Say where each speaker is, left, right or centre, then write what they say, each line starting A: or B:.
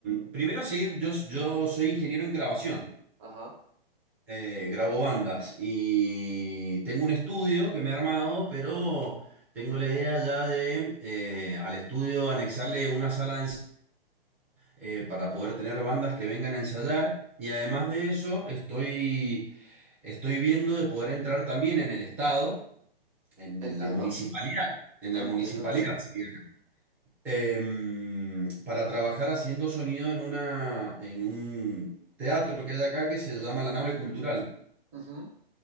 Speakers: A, in the centre; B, on the right (about 30°).
A: mm, primero seguir, yo, yo soy ingeniero en grabación,
B: Ajá,
A: eh, grabo bandas y tengo un estudio que me he armado, pero tengo la idea ya de eh, al estudio anexarle una sala de eh, para poder tener bandas que vengan a ensayar. Y además de eso, estoy, estoy viendo de poder entrar también en el Estado, en,
B: entiendo,
A: en la municipalidad, en la
B: entiendo,
A: municipalidad
B: entiendo.
A: sería acá, em, para trabajar haciendo sonido en una, en un teatro que hay acá que se llama La Nave Cultural.
B: Ujú.